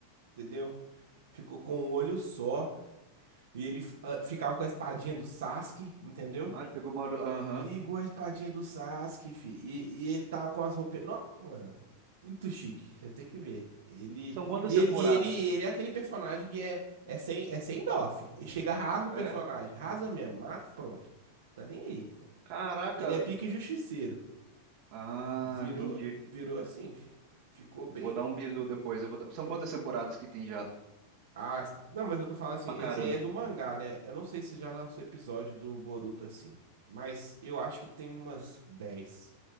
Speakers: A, on the right; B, on the right.
A: entendeu? Ficou com um olho só. E ele fi- ah, ficava com a espadinha do Sasuke, entendeu?
B: Ah, ele pegou uma... Aham.
A: Pegou a espadinha do Sasuke, fi. E, e ele tava com as roupas. Não, mano. Muito chique. Você tem que ver. Ele.
B: São quantas
A: E
B: temporadas?
A: ele, e ele, ele é aquele personagem que é, é sem, é sem dó, fi. Ele chega, rasga o
B: É?
A: personagem. Rasga mesmo, mata, e pronto. Tá nem aí.
B: Caraca.
A: Ele é pique justiceiro.
B: Ah,
A: Virou,
B: entendi.
A: virou assim, fi. Ficou bem.
B: Vou dar um bisu depois. eu vou dar- São quantas temporadas que tem já?
A: Ah, não, mas eu tô falando assim,
B: Pra
A: esse
B: caramba.
A: aí é do mangá, né? Eu não sei se já lançou episódio do Boruto assim, mas eu acho que tem umas 10